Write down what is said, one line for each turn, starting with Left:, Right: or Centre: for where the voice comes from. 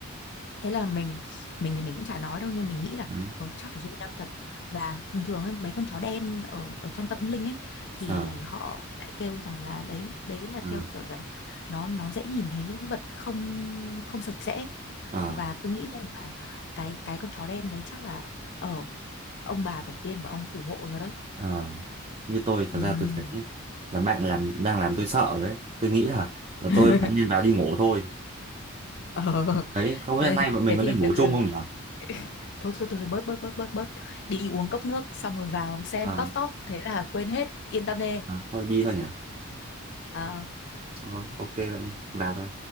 Left: thế là mình mình thì mình cũng chả nói đâu nhưng mình nghĩ là
Right: Đấy.
Left: ờ, chắc là duyên năm thật và thường thường ấy, mấy con chó đen ở ở trong tâm linh ấy thì
Right: Ờ,
Left: họ lại kêu rằng là đấy đấy là
Right: ờ,
Left: theo kiểu là nó nó dễ nhìn thấy những vật không không sạch sẽ
Right: ờ,
Left: và tôi nghĩ rằng là cái cái con chó đen đấy chắc là ở ông bà tổ tiên của ông phù hộ cho đấy
Right: ờ. Như tôi, thật
Left: Ừm.
Right: ra tôi thấy nhá, là bạn làm đang làm tôi sợ rồi đấy. Tôi nghĩ là là
Left: <laughs>
Right: tôi bạn nên vào đi ngủ thôi.
Left: ờ
Right: Đấy, không biết
Left: thế,
Right: hôm nay bọn mình
Left: thế thì
Right: có nên ngủ
Left: từ
Right: chung
Left: từ
Right: không nhỉ?
Left: <laughs> thôi thôi thôi thôi, bớt bớt bớt bớt bớt đi uống cốc nước xong rồi vào xem
Right: Ờ,
Left: top top thế là quên hết yên tâm đi
Right: ờ, thôi đi thôi nhỉ.
Left: Ờ,
Right: Thôi, ok bạn đi, vào thôi.